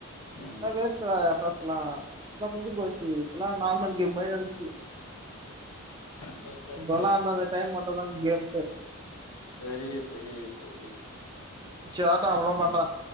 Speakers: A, on the left; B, on the right.
A: ம்
B: ஆ வேச்டா ஆ சஸ்லா முஞ்சு போச்சு இப்பல்லாம் நார்மல் கேம் மாதிரி வந்திருச்சு
A: சேர் சேர்
B: இப்பல்லாம் அந்த அந்த டைம் மட்டும் தான் கேம்ஸ் ச <unintelligible>
A: சரி சரி சரி
B: சார் அவ்வளோ பண்றான்